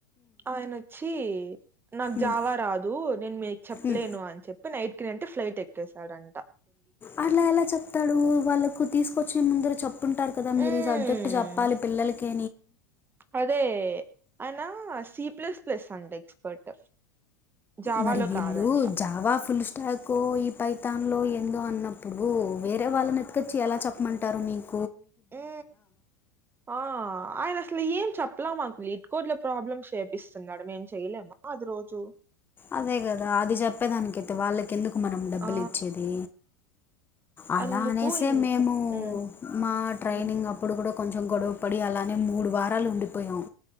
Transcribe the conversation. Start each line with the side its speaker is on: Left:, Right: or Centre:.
Right: ఆయనొచ్చి నాకు
Left: ఉమ్,
Right: జావా రాదు నేను మీకు చెప్పలేను
Left: ఉమ్.
Right: అని చెప్పి నైట్ కి నైట్ ఫ్లైట్ ఎక్కేశాడంట.
Left: అట్లా ఎలా చెప్తాడు? వాళ్ళకు తీసుకొచ్చిన ముందర చెప్ ప్పుంటారు కదా మీరు
Right: మ్మ్
Left: ఈ సబ్జెక్ట్ చెప్పాలి పిల్లల్లకి
Right: అదే ఆయనా సీ ప్లస్ ప్లస్ అంట ఎక్స్పర్ట్ జావాలో
Left: మరి వీళ్ళు
Right: కాదంట
Left: జావా ఫుల్ స్టాకో ఈ పైతాన్ లో ఏందో అన్నప్పుడు వేరే వాళ్ళని ఎతుకొచ్చి ఎలా చెప్పమంటారు మీక్?
Right: ఊ ఆ ఆయన అసలు ఏం చెప్పలా మాక్ <unintelligible> ట్ కోడ్ల ప్రాబ్లమ్స్ చేపిస్తన్నాడు మేం చెయలేమా అది రోజు?
Left: అదే గదా అది చెప్పేదానికైతే వాళ్ళకి ఎందుకు మనం డబ్బులు
Right: ఆ!
Left: ఇచ్చేది? అలా
Right: అందుకు
Left: అనేసే
Right: ఇంక
Left: మేము
Right: హ్మ్.
Left: మా ట్రైనింగ్
Right: హ్మ్.
Left: అప్పుడు గూడా కొంచెం గొడవ పడి అలానే మూడు వారాలు ఉండిపోయాం.